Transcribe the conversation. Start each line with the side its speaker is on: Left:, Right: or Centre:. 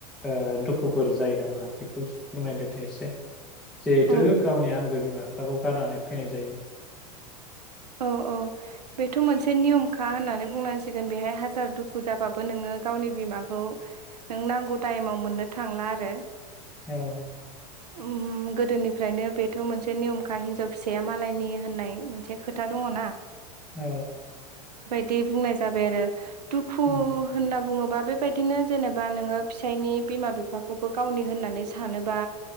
Centre: ओ दुखुफोर जायो नामा बे फोरमायदो दे एसे जिहेथु
Right: औ
Centre: आंगो बिमा बिफाखौ गारनानै फैनाय जायो।
Right: औ औ बेथ' मोनसे नियमखा होननानै बुंनांसिगोन बेहाय हाजार दुखु जाबाबो नोङो गावनि बिमाखौ नों नांगौ टाइमाव मोननो थांला आरो।
Centre: औ।
Right: ओम गोदोनिफ्रायनो बेथ' मोनसे नियमखा हिनजाव फिसाया मालायनि होननाय मोनसे खोथा खोथा दङ ना?
Centre: औ।
Right: बिदि बुंनाय जाबाय आरो दुखु
Centre: उम
Right: होनना बुङोबा बेबायदिनो जेनेबा नोङो फिसायनि बिमा बिफाखौबो गावनि होननानै सानोबा